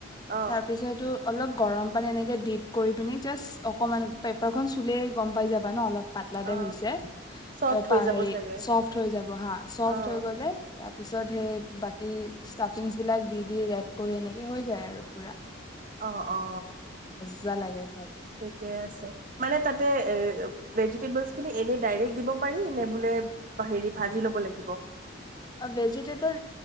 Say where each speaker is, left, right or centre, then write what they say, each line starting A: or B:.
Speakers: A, on the right (about 40°); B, on the left (about 20°).
A: অ'
B: তাৰপিছতো অলপ গৰম পানী এনেকে দীপ কৰি কিনে জাষ্ট অকণমান পেপাৰ খন চুলেই গম পাই যাবা ন অলপ পাতলা টাইপ
A: অ'
B: হৈছে
A: চফ্ট
B: তাৰ
A: হৈ যাব
B: হেৰি
A: চাগে
B: চফ্ট হৈ যাব হা চফ্ট
A: অ'।
B: হয় গলে পিছত সেই বাকী ষ্টাফিংছ বিলাক দি দি ৰেপ কৰি এনেকে হৈ যায় আৰু পুৰা
A: আহ অ
B: যোৱালাগে
A: ঠিকে আছে মানে তাত তে ভেজিটেবলচ খিনি এনে ডাইৰেক্ট দিব পাৰি নে বোলে ভাজি লব লাগিব
B: অ ভেজিটেবল